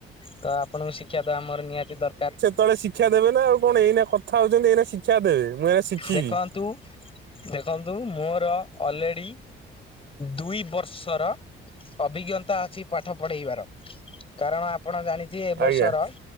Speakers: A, on the left; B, on the right.
A: ତ ଆପଣଙ୍କୁ ଶିକ୍ଷା ଦେବା ଆମର ନିହାତି ଦରକାର।
B: ତଳେ ଶିକ୍ଷା ଦେବେ ନା ଆଉ କଣ ଏଇନା କଥା ହଉଛନ୍ତି ଏଇନା ଶିକ୍ଷା ଦେ ମୁଁ ଶିଖିବି
A: ଦେଖନ୍ତୁ ଦେଖନ୍ତୁ ମୋର ଅଲରେଡ଼ି ଦୁଇ ବର୍ଷର ଅଭିଜ୍ଞତା ଅଛି ପାଠ ପଢେଇବାର। କାରଣ ଆପଣ ଜାଣିଥିବେ ଏ ବର୍ଷର
B: ଆଜ୍ଞା।